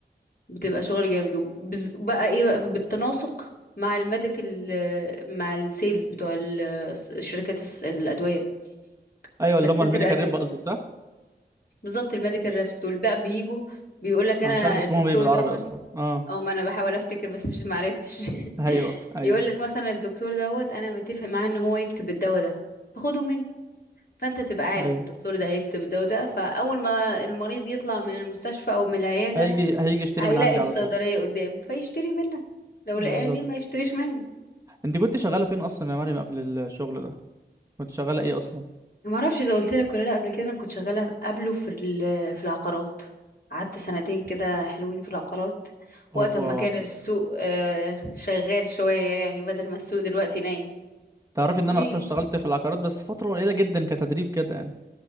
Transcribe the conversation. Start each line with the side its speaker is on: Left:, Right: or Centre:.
Left: بتبقى شغل جامد وبز- وبقى إيه بقى بالتناسق مع الميديكال مع السيلز بتوع ال- شركات الس- الأدوية
Right: ايوه
Left: شركات
Right: اللي هم الميديكال
Left: الأدوية
Right: ريب قصدك صح
Left: بالظبط الميديكال ريبس دول بقى بيجوا بيقول لك انا
Right: انا مش عارف اسمهم
Left: الدكتور
Right: ايه بالعربي
Left: دوت
Right: اصلا اه
Left: او ما انا بحاول افتكر بس مش معرفتش <laughs>
Right: ايوه ايوه
Left: يقول لك مثلا الدكتور دوت انا متفق معاه ان هو يكتب الدواء ده فخده مني فانت تبقى عارف
Right: ايوه
Left: الدكتور ده هيكتب الدواء ده فاول ما المريض يطلع من المستشفى او من العياده
Right: هيجي هيجي يشتري
Left: هيلاقي
Right: من عندي
Left: الصيدليه
Right: على طول
Left: قدامه فيشتري منك لو
Right: بالظبط
Left: لقاه ليه ما يشتريش منك
Right: انت كنت شغاله فين اصلا يا مريم قبل الشغل ده كنت شغاله ايه اصلا
Left: ما اعرفش اذا قلت لك ولا لا قبل كده انا كنت شغاله قبله في ال- في العقارات قعدت سنتين كده حلوين في العقارات وقت
Right: هوبا
Left: ما كان السوق آه، شغال شويه يعني بدل ما السوق دلوقتي نايم
Right: تعرفي
Left: والله
Right: ان انا اصلا اشتغلت في العقارات بس فتره قليله جدا كتدريب كده يعني